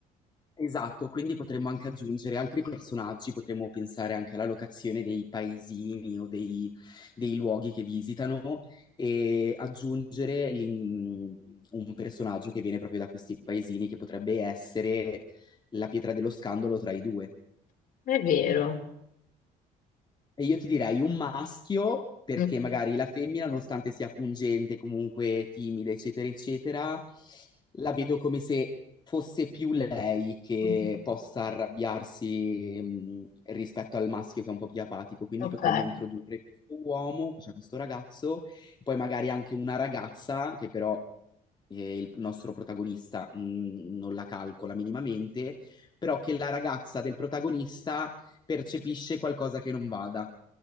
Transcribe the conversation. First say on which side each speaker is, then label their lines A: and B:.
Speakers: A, on the left; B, on the left.
A: Esatto, quindi potremmo anche aggiungere altri personaggi, potremmo pensare anche alla locazione dei paesini o dei, dei luoghi che visitano e aggiungere l'in- un personaggio che viene proprio da questi paesini che potrebbe essere la pietra dello scandalo tra i due.
B: È vero.
A: E io ti direi un maschio, perché
B: Mm.
A: magari la femmina, nonostante sia pungente, comunque timida, eccetera, eccetera, la vedo come se fosse più lei che
B: Mm.
A: possa arrabbiarsi, mh, rispetto al maschio che è un po' più apatico. Quindi
B: Ok.
A: potremmo introdurre questo uomo, cioè questo ragazzo, e poi magari anche una ragazza che però eh, il nostro protagonista, mh, non la calcola minimamente, però che la ragazza del protagonista percepisce qualcosa che non vada.